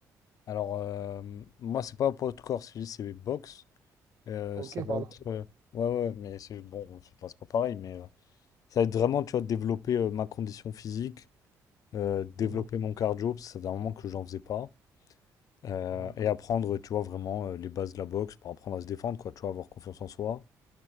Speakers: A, on the left; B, on the right.
A: Alors, euh, moi, c'est pas poids de corps, c'est juste c'est box. Euh,
B: Ok,
A: ça va
B: pardon.
A: être. euh, ouais, ouais, mais c'est bon, c'est pas, c'est pas pareil, mais euh, ça va être vraiment, tu vois, développer euh, ma condition physique, euh, développer
B: Mhm.
A: mon cardio, parce que ça fait un moment que j'en faisais pas. euh,
B: Mhm.
A: et apprendre, tu vois, vraiment euh, les bases de la boxe pour apprendre à se défendre, quoi, tu vois, avoir confiance en soi.